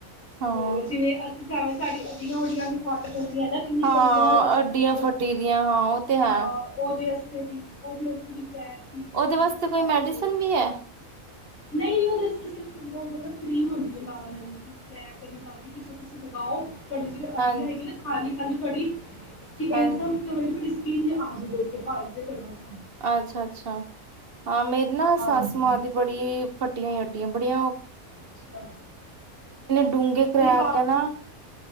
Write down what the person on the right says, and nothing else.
ਹਾਂ
ਹਾਂ
ਅੱਡੀਆਂ
ਫੱਟੀ ਦੀਆਂ ਹਾਂ ਉਹ ਤੇ
ਹੈ
ਉਹਦੇ ਵਾਸਤੇ
ਕੋਈ
ਮੈਡੀਸਨ
ਵੀ ਹੈ
ਹਾਂਜੀ
ਹਾਂਜੀ
ਅੱਛਾ-ਅੱਛਾ, ਹਾਂ ਮੇਰੀ ਨਾ
ਸੱਸ ਮਾਂ ਦੀ ਬੜੀ ਫਟ ਟੀਆਂ ਅੱਡੀਆਂ ਬੜੀਆ
ਡੂੰਘੇ ਕਰੈਕ
ਹੈ ਨਾ